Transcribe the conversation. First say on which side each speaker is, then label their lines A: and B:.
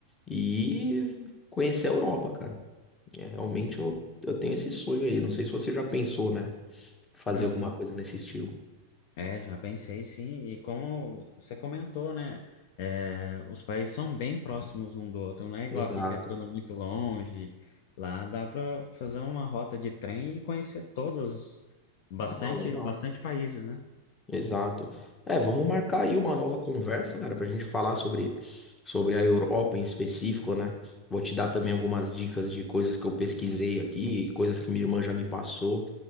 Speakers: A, on the left; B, on the left.
A: e conhecer a Europa, cara. É, realmente eu, eu tenho esse sonho aí. Não sei se você já pensou, né? Fazer
B: Não,
A: alguma
B: já
A: coisa nesse estilo.
B: É, já pensei sim, e como você comentou, né? é, os países são bem próximos um do outro, não é igual
A: Exato.
B: aqui que é tudo muito longe. Lá dá para fazer uma rota de trem e conhecer todos, bastante,
A: Não, legal.
B: bastante países, né?
A: Exato. É, vamos marcar aí uma nova conversa, cara, pra gente falar sobre, sobre a Europa em específico, né? Vou te dar também algumas dicas de coisas que eu pesquisei aqui, coisas que minha irmã já me passou.